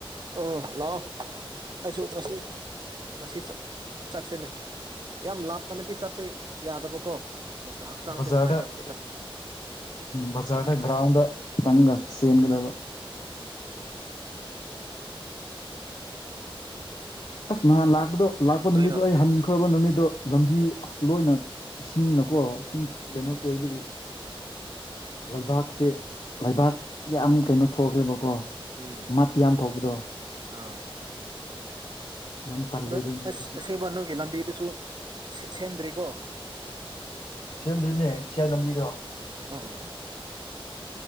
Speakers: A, on the right; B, on the left.
A: ꯑꯣ ꯂꯂꯥꯛꯑꯣ ꯑꯩꯁꯨ ꯃꯁꯤ ꯉꯁꯤ ꯆꯠꯁꯤꯅꯦ ꯌꯥꯝ ꯂꯥꯞꯄꯅꯗꯤ ꯆꯠꯇꯦ ꯌꯥꯗꯕꯀꯣ ꯍꯛꯆꯥꯡꯁꯨ
B: ꯕꯖꯥꯔ
A: ꯅꯨꯡꯉꯥꯏꯇꯕꯅꯤꯅ
B: ꯕꯖꯥꯔꯒ꯭ꯔꯥꯎꯟꯗ ꯐꯪꯒ ꯁꯦꯟꯒꯗꯕ ꯑꯁ ꯅꯍꯥꯟ ꯂꯥꯛꯄꯗꯣ ꯂꯥꯛꯄ ꯅꯨꯃꯤꯠꯇꯣ
A: ꯅꯣꯏꯅ
B: ꯑꯩ ꯍꯟꯈ꯭ꯔꯕ ꯅꯨꯃꯤꯠꯇꯣ ꯂꯝꯕꯤ ꯑꯁ ꯂꯣꯏꯅ ꯏꯁꯤꯡꯅꯀꯣ ꯁꯤꯡ
A: ꯎꯝ
B: ꯀꯩꯅꯣ ꯑꯣꯏꯕꯒꯤ ꯂꯩꯕꯥꯛ ꯁꯤ ꯂꯩꯕꯥꯛ ꯌꯥꯝ ꯀꯩꯅꯣ ꯊꯣꯛꯈ꯭ꯔꯦꯕꯀꯣ
A: ꯎꯝ
B: ꯃꯠ ꯌꯥꯝ ꯊꯣꯛꯧꯕꯗꯣ
A: ꯑꯥ
B: <unintelligible>
A: ꯅ
B: ꯑꯗꯨ ꯅꯨꯃꯤꯠꯇꯨꯗꯤ
A: ꯑꯁ ꯑꯦꯡꯕ ꯅꯨꯒꯤ ꯂꯝꯕꯤꯗꯨꯁꯨ ꯁꯦꯝꯗ꯭ꯔꯤꯀꯣ
B: ꯁꯤꯗꯅꯦ ꯁꯤꯌꯥ ꯂꯝꯝꯕꯤꯗ
A: ꯎꯝ